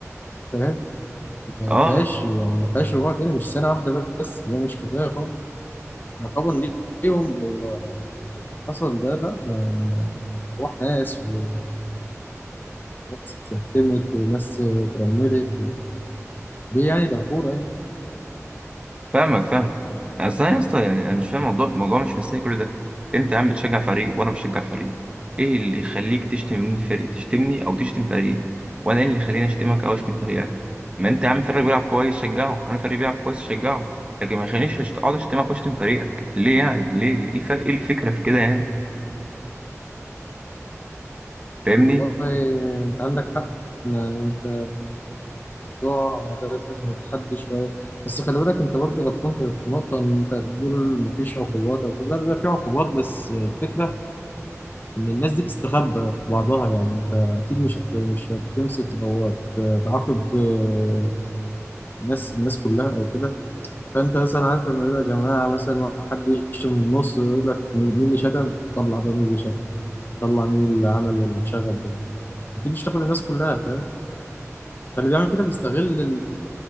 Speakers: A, on the left; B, on the right.
A: فاهم ما
B: اه
A: فيهاش يعني ما فيهاش رجوع تاني مش سنة واحدة بس ده مش كفاية طبعا عقابا ليهم هو اللي حصل ده لا ما- ما- أرواح ناس و- وناس اتيتمت وناس اترملت و... ليه يعني ده كورة يعني
B: فاهمك فاهمك اصل انا يا اسطى يعني انا مش فاهم الموضوع الموضوع مش مستاهل كل ده انت يا عم بتشجع فريق وانا بشجع فريق ايه اللي يخليك تشتم فريق تشتمني او تشتم فريقي وانا إيه اللي يخليني اشتمك او اشتم فريقك ما انت يا عم فريق بيلعب كويس شجعه انا فريق بيلعب كويس شجعه لكن ما يخلينيش أشت- اقعد اشتمك واشتم فريقك ليه يعني ليه ليه- ايه الف- إيه الفكره في كده يعني فاهمني
A: والله أنت عندك حق يعني أنت الموضوع لازم يتحدى شوية بس خلي بالك أنت برضه غلطان في النقطة إن أنت بتقول مفيش عقوبات أو كده لا بيبقى في عقوبات بس الفكرة ان الناس دي تستخبى في بعضها يعني انت اكيد مش هت... مش هتمسك او هت- تعاقب آه، الناس الناس كلها او كده فانت مثلا عارف لما يبقى جماعه مثلا حد يشتم من النص ويقول لك مين مين اللي شتم طلع بقى مين اللي شتم طلع مين اللي عمل الشغب ده اكيد مش تاخد الناس كلها فاهم فاللي بيعمل كده بيستغل ال-